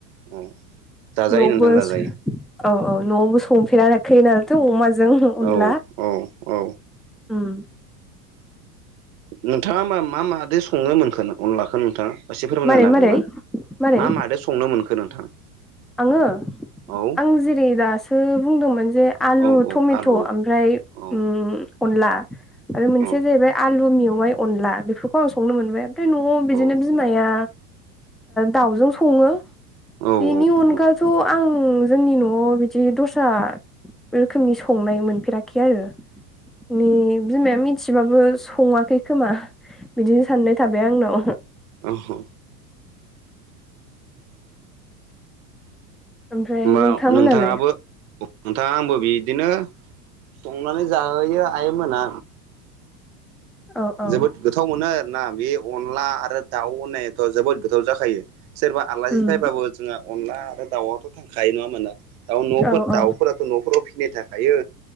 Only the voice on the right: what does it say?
औ जाजायो
नोंथां जाजायो
औ औ औ
नोंथाङा मा मा मादै सङोमोनखोन अनलाखो नोंथाङा? एसे फोरमायनो
नांगोनबा
मा मादो संनो मोनखो नोंथां?
औ
औ औ
आलु
औ
औ
औ औ
औ होमबा
अह
होमबा
नोंथाङाबो नोंथाङा आंबो बिदिनो संनानै जाहोयो आइ मोना
जोबोद गोथाव मोनो आर ना बे अनला आरो दाउ होननायाथ जोबोद गोथाव जाखायो। सोरबा आलासि
फैबाबो जोंहा अनला आरो दाउआथ' थांखायो नङा मोना दाउ न'फोर
दाउफोर थ नफोराव फिसिनाय थाखायो।